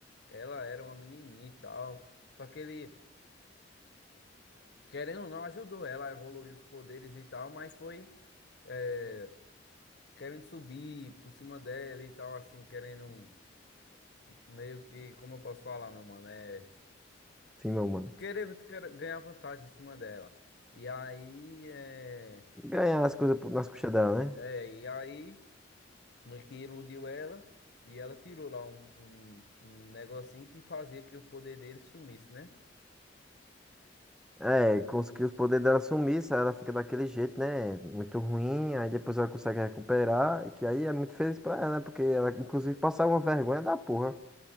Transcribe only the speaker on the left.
ela era uma menininha e tal. Só que ele. Querendo ou não, ajudou ela a evoluir os poderes e tal, mas foi é, querendo subir por cima dela e tal, assim, querendo um, meio que, como eu posso falar, meu mano, é
querer, querer ganhar vantagem em cima dela. E aí, é,
é, e aí, meio que iludiu ela e ela tirou lá um, um, um negocinho que fazia que o poder dele sumisse, né?